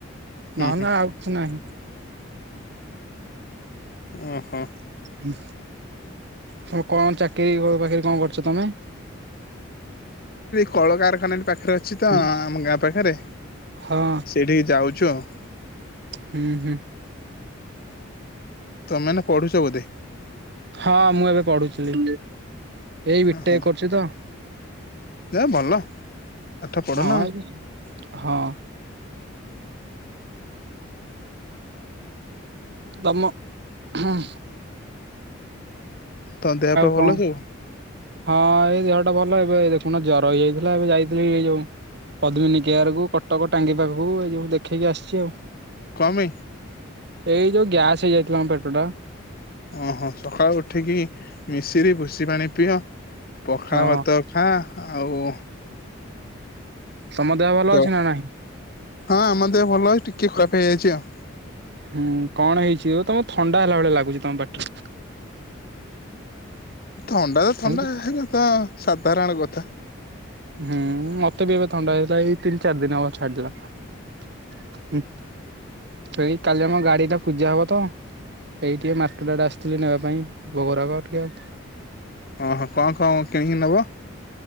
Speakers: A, on the left (about 45°); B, on the right (about 50°).
A: ହୁଁ
B: ନହ
A: ହୁଁ
B: ନା ଆଉ କିଛି ନାହିଁ।
A: ଓହୋ।
B: ହୁଁ। ହ କଣ ଚାକିରୀ ବାକିରି କଣ କରୁଛ ତମେ?
A: କଳକାରଖାନାଟି ପାଖରେ ଅଛି ତ
B: ହୁଁ।
A: ଆମ ଗାଁ ପାଖରେ
B: ହଁ
A: ସେଠିକି ଯାଉଛି। ଚଅ। <unintelligible>
B: ହୁଁ ହୁଁ।
A: ତମେ ଏଇନା ପଢୁଛ ବୋଧେ
B: ହଁ ମୁଁ ଏବେ ପଢୁଥିଲି, ଏଇ ବିଟେକ୍
A: ଓହୋ
B: କରୁଛି ତ
A: ଯା ଭଲ, ପାଠ ପଢନା?
B: ହଁ ଏବେ- ହଁ ତମ, ହଁ
A: ତ ଦେହ ପା
B: କଣ
A: ଭଲ ଅଛି?
B: ହଁ ଏଇ ଦେହଟା ଭଲ ଏବେ ଦେଖୁନା ଜର ହେଇଯାଇଥିଲା, ଏବେ ଯାଇଥିଲି ଏଇ ଯୋଉ ପଦ୍ମିନୀ କେୟର କୁ କଟକ ଟାଙ୍ଗି ପାଖକୁ, ଏଇ ଯଉ ଦେଖେଇକି ଆସିଛି ଆଉ
A: କ ପାଇଁ?
B: ଏଇ ଯୋଉ ଗ୍ୟାସ ହେଇଯାଇଥିଲା ମ, ପେଟ ଟା।
A: ଓହୋ, ସକାଳୁ ଉଠିକି ମିଶରିି ଭୁସି ପାଣି ପିଅ। ପଖାଳ
B: ହଁ
A: ଭାତ ଖାଁ, ଆଉ
B: ତମ ଦେହ ଭଲ
A: ହଁ,
B: ଅଛି ନା ନାହିଁ?
A: ଆମ ଦେହ ଭଲ ଅଛି, ଟିକେ ଖରାପ ହେଇଯାଇଛି ଆଉ
B: ହୁଁ, କଣ ହେଇଛି? ଆ ତମକୁ ଥଣ୍ଡା ହେଲା ଭଳିଆ ଲାଗୁଛି ତମ ପାଟିରେ
A: ଥଣ୍ଡା ତ
B: ତମକୁ
A: ଥଣ୍ଡା, ହେଇଟା ତ ସାଧାରଣ କଥା।
B: ହୁଁ, ମତେ ବି ଏବେ ଥଣ୍ଡା ହେଇଥିଲା, ଏଇ ତିନି ଚାରି ଦିନ ହବ ଛାଡିିଲା। ସେଇ କାଲି ଆମର ଗାଡି ଟା ପୂଜା ହବ ତ? ଏଇ ଟିକେ ମାର୍କେଟ ଆଡେ ଆସିଥିଲି ନେବା ପାଇଁ, ଭୋଗରାଗ ଆ ଟିକେ ଆଉ
A: ଓହୋ, କଣ କଣ କିଣିକି ନବ?